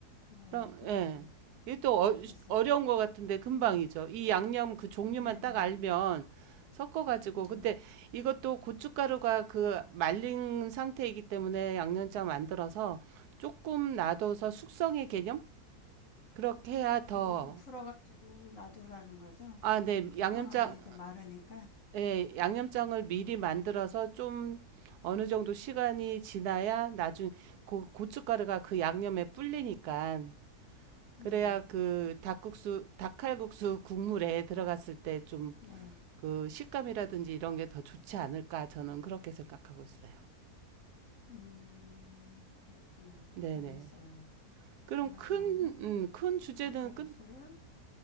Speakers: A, on the left; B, on the right.
A: 네,
B: 그럼
A: 그건
B: 예. 이게 또
A: 알겠어요.
B: 어, 어려운 것 같은데 금방이죠. 이 양념 그 종류만
A: 네네네,
B: 딱 알면 섞어가지고
A: 네.
B: 근데 이것도 고춧가루가 그 말린 상태이기 때문에 양념장 만들어서 조금 놔둬서 숙성의 개념? 그렇게 해야 더,
A: 이건 풀어가지고 놔두라는 거죠?
B: 아, 네,
A: 금방
B: 양념장,
A: 하면 이제 마르니까.
B: 예, 양념장을 미리 만들어서 좀 어느 정도 시간이 지나야 나중, 고, 고춧가루가 그 양념에 불리니까,
A: 네네,
B: 그래야 그 닭국수, 닭칼국수 국물에 들어갔을 때 좀
A: 네.
B: 그 식감이라든지 이런 게 더 좋지 않을까, 저는 그렇게 생각하고 있어요.
A: 음, 그렇구나.
B: 네네.
A: 알겠어요.
B: 그럼
A: 제가
B: 큰,
A: 좋아하는
B: 음, 큰 주제는
A: 닭칼국수를,
B: 끝,